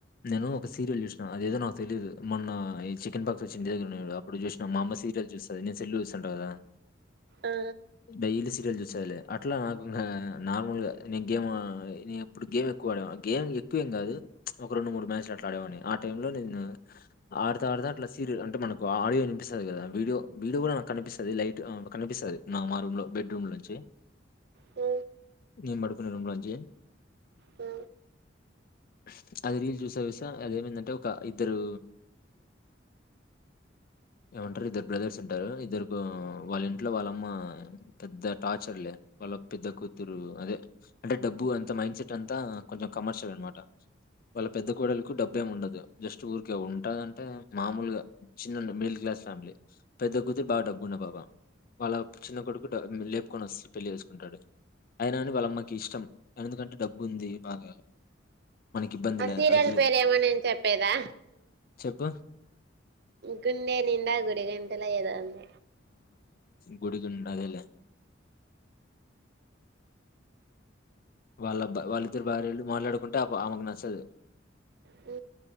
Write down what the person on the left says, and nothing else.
నేను ఒక సీరియల్ చూ అదేదో నాకు తెలీయదు మొన్న ఈ చికెన్ పక్క చి దగ్రడు అప్పుడు చూసిన మా అమ్మ సీరియల్ చూస్తుంది నేను సెల్ చూస్తుంటా కదా
డైలీ సీరియల్ సూచ్చదిలే అట్లా నాకు ఇంకా నార్మల్ గా నేను గేమ్ నేను ఎప్పుడు గేమ్ ఎక్కువ ఆదేవాన్ని గేమ్ ఎక్కువేం కాదు ఒక రెండు మూడు మ్యాచ్లు అట్లా ఆడేవాన్ని ఆ టైంలో నేను ఆడుత ఆడతా అట్లా సీరియల్ అంటే మనకు ఆడియో వినిపిస్తుంది కదా వీడియో వీడియో కూడా నాకు కనిపిస్తుంది లైట్ కనిపిస్తుంది నా మా రూమ్ లో బెడ్రూమ్ నుంచి
నేను పడుకునే రూమ్ లో నుంచి
అ అది రీల్ చూస్తా చూస్తా అదేమైందంటే ఒక ఇద్దరు ఏమంటారు ఇద్దరు బ్రదర్స్ ఉంటారు ఇద్దరు వాళ్ళ ఇంట్లో వాళ్ళమ్మ పెద్ద టార్చర్లే వాళ్ళ పెద్ద కూతురు అదే అంటే డబ్బు అంత మైండ్ సెట్ అంతా కొంచెం కమర్షియల్ అనమాట వాళ్ళ పెద్ద కోడలకు డబ్బు ఏమి ఉండదు జస్ట్ ఊరికే ఉంటంది అంటే మామూలుగా చిన్న మ మిడిల్ క్లాస్ ఫ్యామిలీ పెద్ద కూతురు బాగా డబ్బు ఉన్న పాప వాళ్ళ చిన్న కొడుకు లేపుకొని వచ్చి పెళ్ళి చేసుకుంటాడు అయినా అని వాళ్ళమ్మకి ఇష్టం ఎందుకంటే డబ్బు ఉంది బాగా మనకిబ్బందిలే
అది
చెప్పు?
గుడి గుండా అదేలే వాళ్ళ వాళ్ళిద్దరు భార్యలు మాట్లాడుకుంటే క ఆమెకి నచ్చదు